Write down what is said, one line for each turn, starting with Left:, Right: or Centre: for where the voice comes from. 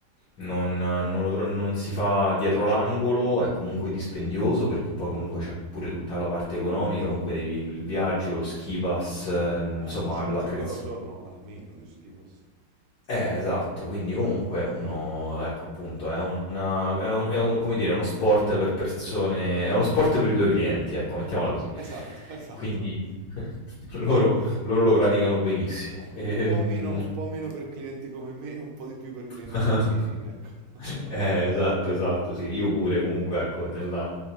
Left: non, non lo tro non si fa dietro l'angolo, è comunque dispendioso perché poi comunque
Right: certo.
Left: c'è pure tutta la parte economica, comunque devi il viaggio, lo ski pass, ehm,
Right: Eh,
Left: insomma
Right: sono 50
Left: l'attrezz
Right: euro al giorno almeno di schifos.
Left: eh, esatto, quindi comunque uno, ecco appunto, è una è un è un come dire, è uno sport per persone è uno sport per i tuoi clienti, ecco, mettiamola così.
Right: Esatto, <laughs> esatto.
Left: Quindi <laughs> loro loro lo praticano benissimo. Ehm,
Right: Un po' meno, un po' meno per clienti come me, un po' di più per
Left: <laughs>
Right: clienti come i miei, ecco. <laughs>
Left: Eh, esatto, esatto, sì. Io pure comunque, ecco, nella